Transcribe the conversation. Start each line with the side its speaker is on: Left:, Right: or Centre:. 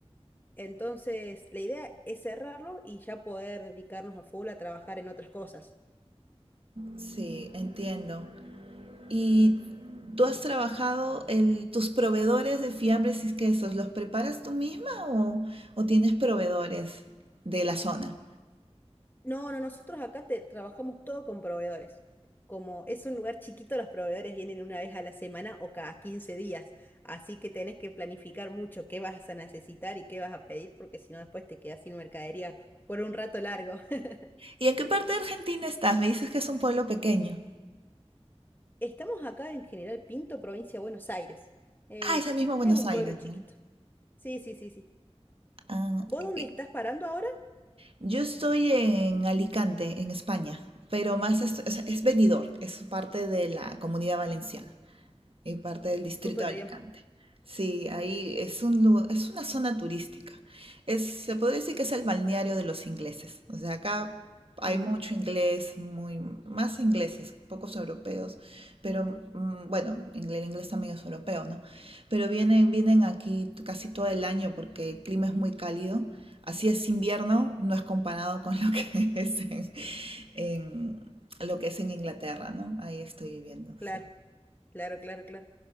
Left: Entonces, la idea es cerrarlo y ya poder dedicarnos a full a trabajar en otras cosas.
Right: Sí, entiendo. ¿Y tú has trabajado el, tus proveedores de fiambres y quesos? ¿Los preparas tú misma o, o tienes proveedores de la zona?
Left: No, no, nosotros acá te, trabajamos todo con proveedores. Como es un lugar chiquito, los proveedores vienen una vez a la semana o cada 15 días. Así que tenés que planificar mucho qué vas a necesitar y qué vas a pedir, porque si no después te quedas sin mercadería por un rato largo. <laughs>
Right: ¿Y en qué parte de Argentina estás? Me dices que es un pueblo pequeño.
Left: Estamos acá en General Pinto, provincia de Buenos Aires. Es,
Right: Ah, es el mismo Buenos
Left: es un
Right: Aires,
Left: pueblo chiquito.
Right: ¿no?
Left: Sí, sí, sí, sí.
Right: Ah,
Left: ¿Vos dónde
Right: y-
Left: estás parando ahora?
Right: yo estoy en Alicante, en España, pero más est- o es, venidor, es parte de la comunidad valenciana y parte del distrito
Left: Súper
Right: de
Left: bien.
Right: Alicante. Sí, ahí es un, lu- es una zona turística. Es, se podría decir que es el balneario de los ingleses. O sea, acá hay
Left: Mm,
Right: mucho inglés, muy, más ingleses, pocos europeos, pero mm, bueno, ingle- el inglés también es europeo, ¿no? Pero vienen, vienen aquí t- casi todo el año porque el clima es muy cálido. Así es invierno, no es comparado con lo que <laughs> es en, en- lo que es en Inglaterra, ¿no? Ahí estoy viviendo,
Left: Claro,
Right: sí.
Left: claro, claro, claro.